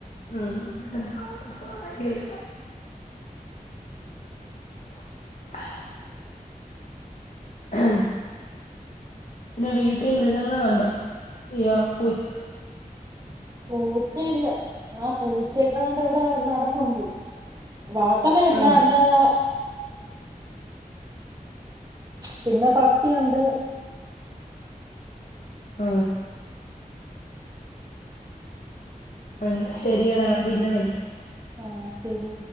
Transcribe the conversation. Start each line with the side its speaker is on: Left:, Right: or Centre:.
Left: ഉം അന്നേരം താമസം ആ അരി വേവാൻ <inaudible> ഉ പിന്നെ വീട്ടിൽ മൃഗങ്ങളുണ്ട പട്ടിയോ പൂച്ചയോ
Right: പൂച്ചയില്ല ആ പൂച്ചയൊക്കെണ്ട് ഇവിടെ നടക്കണ്ട് വാർത്തനയല്ല
Left: ആഹ്.
Right: അല്ലാത പിന്നെ പട്ടി ഉണ്ട്
Left: ആ എന്നാ ശരിയ ഡാ പിന്നെ വിളി
Right: ആ ശരി